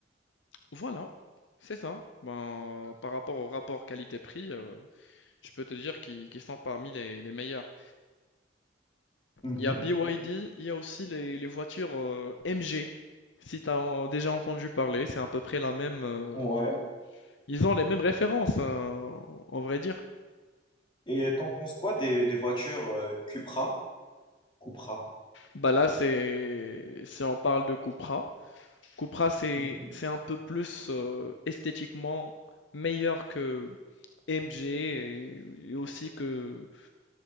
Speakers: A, on the left; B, on the left.
A: Voilà, c'est ça. Ben, par rapport au rapport qualité-prix, euh, je peux te dire qu'ils qu'ils sont parmi les, les meilleurs.
B: Mhm,
A: Il y a BYD, il y a aussi les, les voitures euh, MG. Si tu as déjà entendu parler, c'est à peu près la même, euh,
B: Ouais.
A: Ils ont les mêmes références, hein, en vrai dire.
B: Et t'en penses quoi des, des voitures euh, Cupra, Cupra,
A: Bah là, c'est si on parle de Cupra. Cupra, c'est
B: mhm.
A: c'est un peu plus euh, esthétiquement meilleur que MG et, et aussi que,